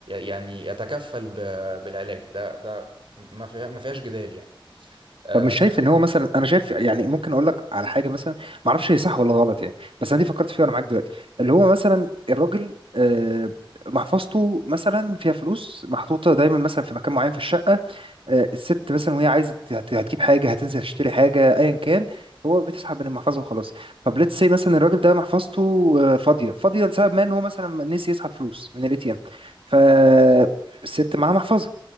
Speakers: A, on the right; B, on the right.
A: يعني يتكفل ب- بالعلاج ده ده ما فيها- ما فيهاش جدال يعني آه،
B: فمش شايف ان هو مثلا انا شايف يعني ممكن اقول لك على حاجه مثلا ما اعرفش هي صح ولا غلط يعني بس انا دي فكرت فيها وانا معاك دلوقتي اللي هو مثلا الراجل آه، محفظته مثلا فيها فلوس محطوطه دايما مثلا في مكان معين في الشقه آه، الست مثلا وهي عايزه هت- هتجيب حاجه هتنزل تشتري حاجه ايا كان هو بتسحب من المحفظه وخلاص طب ليتس سي مثلا الراجل ده محفظته آه، فاضيه فاضيه لسبب ما ان هو مثلا نسي يسحب فلوس من الاي تي ام فالست معاها محفظه